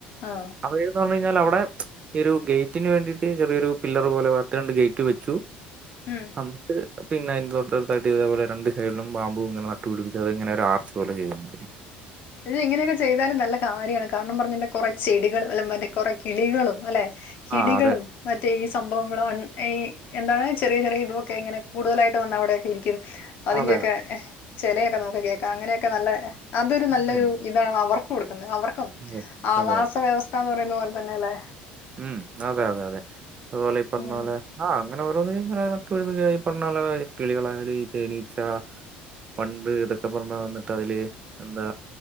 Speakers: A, on the left; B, on the right.
A: ആഹ്
B: അവരുന്ന് പറഞ് കഴിഞ്ഞാൽ അവിടെ ഈ ഒരു ഗേറ്റിന് വേണ്ടീട്ട് ചെറിയൊരു പില്ലർ പോലെ വാർത്ത് രണ്ട് ഗേറ്റ് വെച്ചു
A: ഉം
B: എന്നിട്ട് പിന്നെ അതിന്റെ തൊട്ടടുത്തായിട്ട് ഇതേപോലെ രണ്ട് സൈഡിലും ബാംബൂ ഇങ്ങനെ ന ട്ടു പിടിപ്പിച്ച് അത് ഇങ്ങനെ ഒരു ആർച്ച് പോലെ ചെയ്യേം ചെയ്തു
A: ഇത് ഇങ്ങനെയൊക്കെ ചെയ്താലും നല്ല കാര്യമാണ് കാരണം പറഞ്ഞണ്ട കുറെ ചെടികളും അല്ല മറ്റേ കുറെ കിളികളും അല്ലെ കിളികളും
B: ആ അതെ
A: മറ്റേ ഈ സംഭവങ്ങളും ഈ എന്താണ് ചെറിയ ചെറിയ ഇതുവൊക്കെ ഇങ്ങനെ കൂടുതലായിട്ട് വന്ന് അവിടെയൊക്കെ ഇരിക്കും അതിന്റെയൊക്കെ
B: അതെ
A: ചിലയൊക്കെ നമുക്ക് കേൾക്കാം അങ്ങനെയൊക്കെ നല്ല അതൊരു നല്ലൊരു
B: അതെ
A: ഇതാണ് അവർക്ക് കൊടുക്കുന്നത് അവർക്കും
B: അതെ
A: ആവാസ
B: അതെ
A: വ്യവസ്ഥാന്ന് പറയുന്ന പോലെ തന്നെ അല്ലെ
B: ഉം അതെ അതെ അതെ അതുപോലെ ഇ പറഞ്ഞ
A: ഉം
B: പോലെ ആ അങ്ങ ഓരോന്ന് ഇങ്ങനെ നാട്ടുപിടിപ്പിക്കാ ഈ പറഞ്ഞ പോലെ കിളികളായലും ഈ തേനീച്ച പണ്ട് ഇതൊക്കെ പറന്നു വന്നിട്ട് അതില് എന്താ